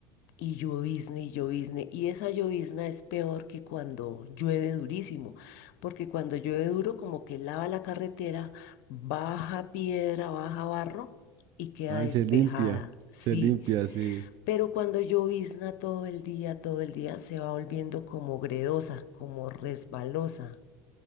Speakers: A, on the left; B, on the right.
A: y llovizna y llovizna. Y esa llovizna es peor que cuando llueve durísimo, porque cuando llueve duro, como que lava la carretera, baja piedra, baja barro y queda
B: ay,
A: despejada.
B: se limpia,
A: Sí,
B: se limpia, sí.
A: pero cuando llovizna todo el día, todo el día, se va volviendo como gredosa, como resbalosa.